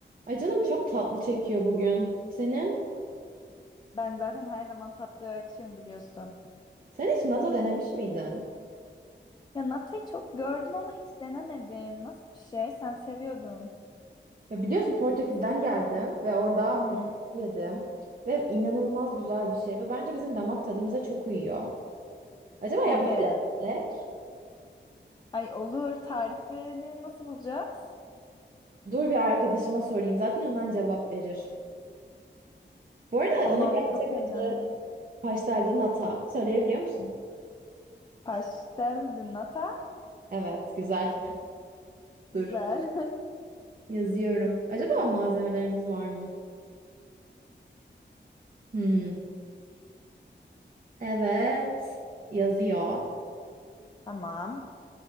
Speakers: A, on the right; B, on the left.
A: Ay canım çok tatlı çekiyor bugün. Senin?
B: Ben zaten her zaman tatlıya açığım biliyorsun.
A: Sen hiç nata denemiş miydin?
B: Ya Nata'yı çok gördüm ama hiç denemedim. Nasıl bir şey? Sen seviyordun.
A: Ya biliyorsun Portekiz'den geldim ve orada
B: Hı hı.
A: yedim. Ve inanılmaz güzel bir şey ve bence bizim damak tadımıza çok uyuyor. Acaba
B: Hadi.
A: yapmayı mı denesek?
B: Ay olur. Tarifini nasıl bulacağız?
A: Dur bir arkadaşıma sorayım. Zaten hemen cevap verir. Bu arada
B: Tamam,
A: onun gerçek
B: çok heyecanlı.
A: adı pasteldi nata. Söyleyebiliyor musun?
B: Pastel de nata.
A: Evet, güzel.
B: Güzel.
A: <laughs> Dur. Yazıyorum. Acaba malzemelerimiz var mı? Hmm. Evet. Yazıyor.
B: <laughs> Tamam.